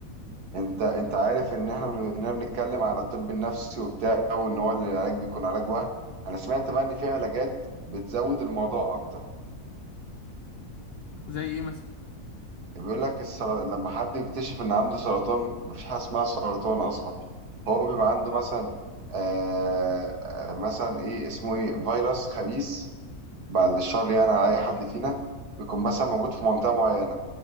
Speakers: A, on the right (about 75°); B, on the left (about 80°).
A: انت انت عارف ان احنا بننا بنتكلم على الطب النفسي وبتاع وان هو العلاج بيكون علاج وهم انا سمعت بقى ان في علاجات بتزود الموضوع اكتر
B: زي ايه مثلا
A: بيقول لك السر... لما حد يكتشف ان عنده سرطان مفيش حاجه اسمها سرطان اصلا هو بيبقى عنده مثلا آه آه، مثلا ايه اسمه ايه فيروس خبيث بعد الشر يعني على أي حد فينا بيكون مثلا موجود في منطقة معينة